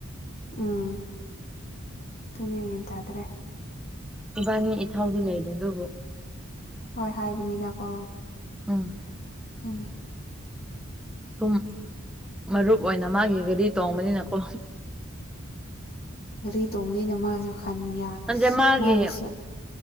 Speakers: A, on the left; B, in the centre.
A: ꯎꯝ ꯇꯣꯏꯅꯡꯉꯟ <unintelligible> ꯇꯥꯗ꯭ꯔꯦ
B: ꯏꯕꯥꯅꯤ ꯏꯊꯧꯗꯤ ꯂꯩꯔꯤ <unintelligible> ꯑꯗꯨꯕꯨ
A: ꯍꯣꯏ ꯍꯥꯏꯕꯅꯤꯅꯀꯣ
B: ꯎꯝ
A: ꯊꯅꯤ
B: ꯁꯨꯝ ꯃꯔꯨꯞ ꯑꯣꯏꯅ ꯃꯥꯒꯤ ꯒꯔꯤ ꯇꯣꯡꯕꯅꯤꯅꯀꯣ
A: ꯒꯔꯤ ꯇꯣꯝꯅꯤꯅ ꯃꯥꯁꯨ ꯈꯟ ꯌꯥ
B: ꯅꯟꯗꯦ <unintelligible> ꯃꯥꯒꯤ
A: ꯃꯥꯒꯤꯁꯨ